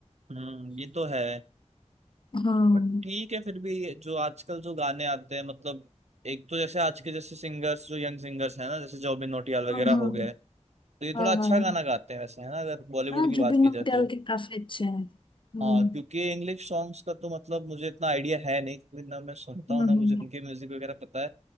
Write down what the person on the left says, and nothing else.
हम्म
हम्म
हाँ
हाँ
हाँ
जुबिन
नौटियाल
के काफी अच्छे हैं हम्म
हम्म
हम्म,